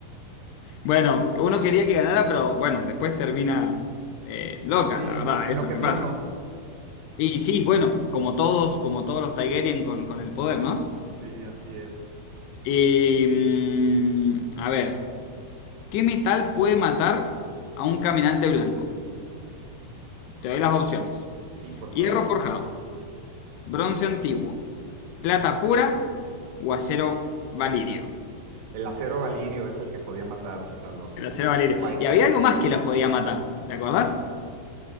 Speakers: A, on the left (about 90°); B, on the right (about 85°).
A: Bueno, uno quería que ganara, pero bueno, después termina eh, loca,
B: Sí,
A: la verdad,
B: enloqueciendo.
A: eso es lo que pasa. Y sí, bueno, como todos, como todos los Targaryen con, con el poder, ¿no?
B: Sí, así es.
A: Eh, mm, a ver, ¿qué metal puede matar a un caminante blanco? Te doy las opciones.
B: Sí, por
A: Hierro
B: favor.
A: forjado, bronce antiguo, plata pura o acero valirio.
B: El acero valirio es el que podía matar a los
A: El acero valirio.
B: White.
A: Y había algo más que los podía matar, ¿te acordás?